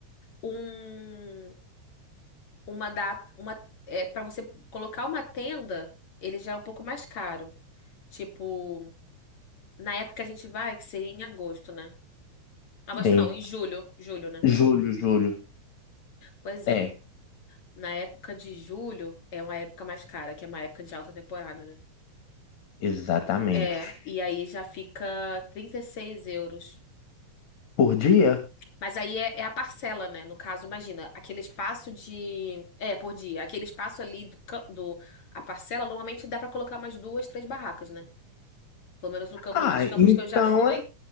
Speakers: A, on the left (about 50°); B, on the left (about 65°).
A: um. uma da uma é, para você colocar uma tenda, ele já é um pouco mais caro. Tipo, na época que a gente vai, que seria em agosto, né? Agosto
B: sim.
A: não, em julho, julho, né?
B: Julho, julho.
A: Pois
B: É,
A: é. Na época de julho é uma época mais cara, que é uma época de alta temporada, né?
B: exatamente.
A: É, e aí já fica 36 euros.
B: Por dia?
A: Mas aí é, é a parcela, né? No caso, imagina, aquele espaço de. É, por dia. Aquele espaço ali do, can- do. A parcela, normalmente dá pra colocar umas duas, três barracas, né? Pelo menos o campo,
B: Ah,
A: os campos
B: então,
A: que eu já fui.
B: é,